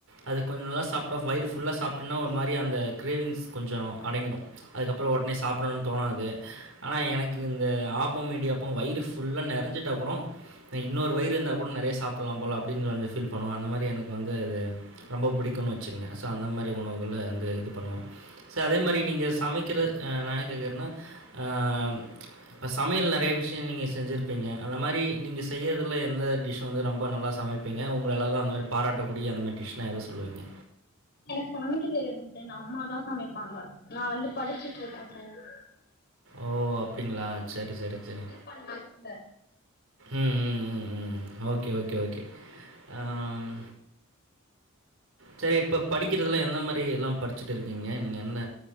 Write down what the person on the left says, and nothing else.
ம்
ஓகேக்கா
எனக்கு சமைக்க தெரியாது ஃப்ரெண்ட் அம்மாதா சமைப்பாங்க நா வந்து படிச்சுட்டு இருக்க ஃப்ரெண்ட்
பண்ணத்தில்ல